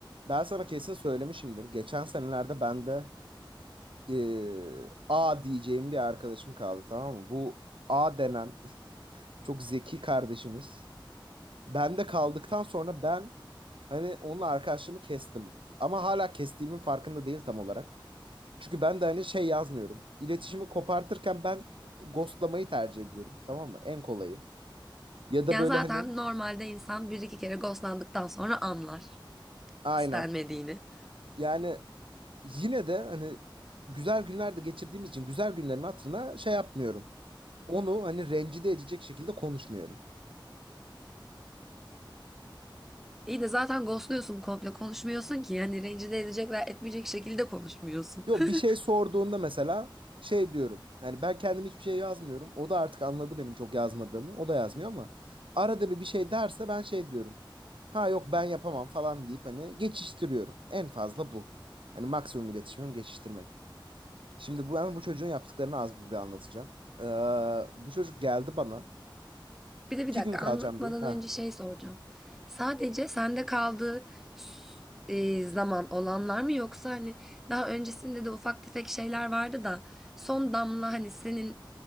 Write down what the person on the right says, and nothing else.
Ben sana kesin söylemişimdir. Geçen senelerde ben de eee, A diyeceğim bir arkadaşım kaldı tamam mı? Bu A denen <laughs> çok zeki kardeşimiz. Ben de kaldıktan sonra ben hani onunla arkadaşlığımı kestim. Ama hala kestiğimin farkında değil tam olarak. Çünkü ben de hani şey yazmıyorum. İletişimi kopartırken ben ghostlamayı tercih ediyorum tamam mı? En kolayı. Ya da
böyle
hani
aynen.
Yani yine de hani güzel günlerde geçirdiğimiz için güzel günlerin hatırına şey yapmıyorum. onu hani rencide edecek şekilde konuşmuyorum.
Yok
bir şey sorduğunda mesela şey diyorum. Yani ben kendim hiçbir şey yazmıyorum. O da artık anladı benim çok yazmadığımı. O da yazmıyor ama arada bir bir şey derse ben şey diyorum. Ha yok ben yapamam falan deyip hani geçiştiriyorum. En fazla bu. Hani maksimum iletişimim geçiştirmek. Şimdi bu ben bu çocuğun yaptıklarını az buz bir anlatacağım. Ee, bu çocuk geldi bana.
İki
gün kalacağım
diye. Ha.